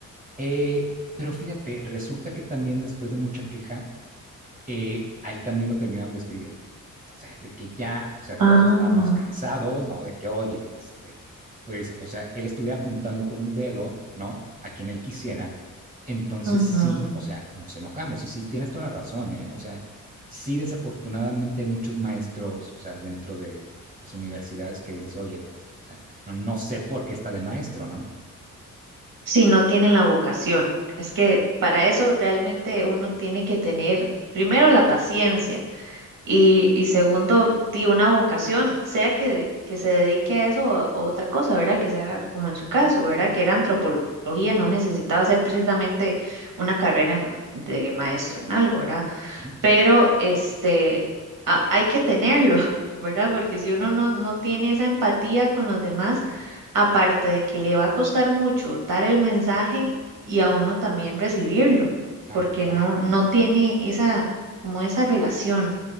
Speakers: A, on the right; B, on the right.
A: Eh, pero fíjate, resulta que también después de mucha queja, eh, a él también lo terminaron despidiendo. O sea, de que ya, o sea,
B: Ah,
A: todos estábamos cansados, ¿no? De que, oye, este, pues, o sea, él estuviera apuntando con un dedo, ¿no? A quien él quisiera. Entonces
B: Ujú.
A: sí, o sea, nos enojamos y sí, tienes toda la razón, ¿eh? O sea, sí, desafortunadamente hay muchos maestros, o sea, dentro de las universidades que dices, oye, pues, o sea, no, no sé por qué está de maestro, ¿no?
B: Si no tienen la vocación. Es que para eso realmente uno tiene que tener primero la paciencia y, y segundo, di una vocación, sea que, que se dedique a eso o a otra cosa, ¿verdad? Que sea
A: Claro,
B: como en su caso, ¿verdad? Que era antropología, no necesitaba ser precisamente una carrera en- de maestro en algo, ¿verdad?
A: Ujú.
B: pero este, a- hay que tenerlo, <laughs> ¿verdad? Porque si uno no, no tiene esa empatía con los demás,
A: claro.
B: aparte de que le va a costar mucho dar el mensaje y a uno también recibirlo,
A: Claro,
B: porque
A: claro.
B: no, no tiene esa, como esa relación